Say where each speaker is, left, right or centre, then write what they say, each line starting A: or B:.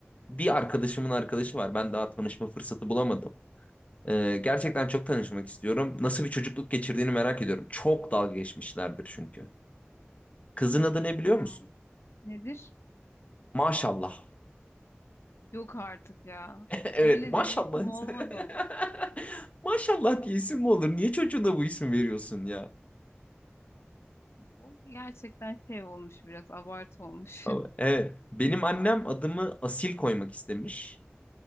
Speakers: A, on the left; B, on the left.
A: bir arkadaşımın arkadaşı var. Ben daha tanışma fırsatı bulamadım. Ee, gerçekten çok tanışmak istiyorum. Nasıl bir çocukluk geçirdiğini merak ediyorum. Çok dalga geçmişlerdir çünkü. Kızın adı ne biliyor
B: Hmm.
A: musun?
B: Nedir?
A: Maşallah.
B: Yok artık ya.
A: <laughs> Evet,
B: Öyle
A: maşallah.
B: de bir isim olmaz ama.
A: <laughs> Maşallah diye isim mi olur? Niye çocuğuna bu isim veriyorsun ya?
B: O gerçekten şey olmuş biraz abartı olmuş.
A: Ama- Evet. Benim annem adımı Asil koymak istemiş.